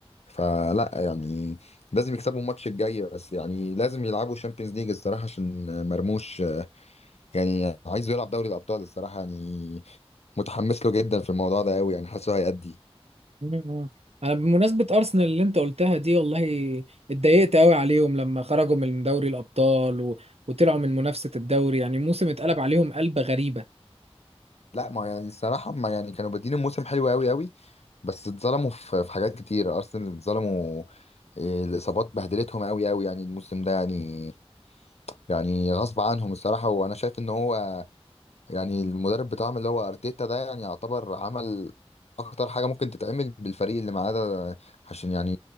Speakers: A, on the left (about 85°); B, on the right (about 75°).
A: فلا يعني لازم يكسبوا الماتش الجاي بس يعني لازم يلعبوا الشامبيونز ليج الصراحه عشان آه، مرموش آه، يعني عايزه يلعب دوري الابطال الصراحه يعني متحمس له جدا في الموضوع ده قوي يعني حاسه هيأدي
B: مم. انا بمناسبه ارسنال اللي انت قلتها دي والله اتضايقت قوي عليهم لما خرجوا من دوري الابطال و... وطلعوا من منافسه الدوري يعني موسم اتقلب عليهم قلبه غريبه
A: لا ما يعني الصراحة ما يعني كانوا بادين الموسم حلو قوي قوي بس اتظلموا في في حاجات كتير أرسنال اتظلموا إيه، الإصابات بهدلتهم قوي قوي يعني الموسم ده يعني يعني غصب عنهم الصراحة وأنا شايف إن هو يعني المدرب بتاعهم اللي هو أرتيتا ده يعني يعتبر عمل أكتر حاجة ممكن تتعمل بالفريق اللي معاه ده عشان يعني